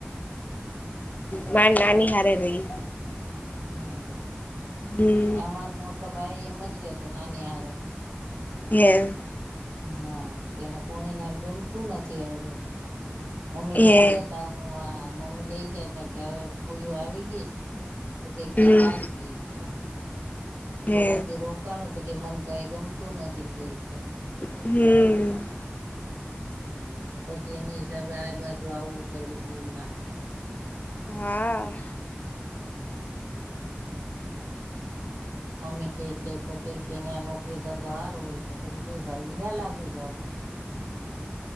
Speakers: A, on the left; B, on the right.
A: માર નાની હારે રેય.
B: હમ.
A: હમ.
B: અમાર મોટો ભાઈ એમ જ રેતો નાની હારે.
A: એમ.
B: હા, તેને કોડીનાર ગમતું નથી, હવે. મમ્મી
A: હે
B: લઈ ગયા તા, હ મમ્મી લઈ ગયા તા, કે હવે ફોયું આવી ગઈસ. તો કે ક્યા
A: હમ
B: હાલ કે ક્યા થોડા
A: હે
B: એક દી રો કાણું તો કે મન તો અહીંયા ગમતું નથી, કેય કે.,
A: હમ.
B: પછી એની હિસાબે, આ બાજુ આવવું પડ્યું, દીવમાં.
A: હા.
B: મમ્મી કે કેતો કે કે અહીયા નોકરી ધંધો સાર હોય, તો પછી બે ભાઈ અહયા લાગી જાવ.